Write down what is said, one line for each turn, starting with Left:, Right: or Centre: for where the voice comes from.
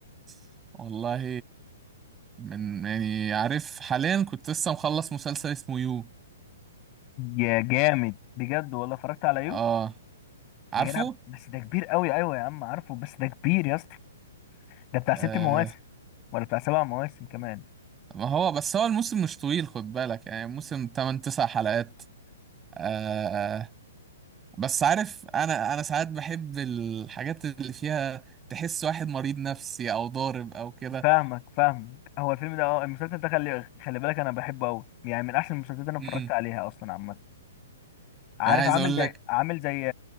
Right: <laughs> والله من يعني عارف حاليا كنت لسه مخلص مسلسل اسمه يو
Left: يا جامد بجد والله اتفرجت على
Right: اه
Left: يو
Right: عارفه
Left: يا جدع بس ده كبير قوي ايوه يا عم عارفه بس ده كبير يا اسطى ده بتاع ست
Right: آه
Left: مواسم ولا بتاع سبع مواسم كمان
Right: ما هو بس هو الموسم مش طويل خد بالك يعني موسم 8 9 حلقات آه آه، بس عارف انا انا ساعات بحب الحاجات اللي فيها تحس واحد مريض نفسي او ضارب او كده
Left: فاهمك فاهمك هو الفيلم ده اه المسلسل ده خلي خلي بالك انا بحبه قوي يعني من احسن المسلسلات اللي انا اتفرجت
Right: امم
Left: عليها اصلا عامه عارف
Right: يعني عايز
Left: عامل
Right: اقول
Left: زي
Right: لك
Left: عامل زي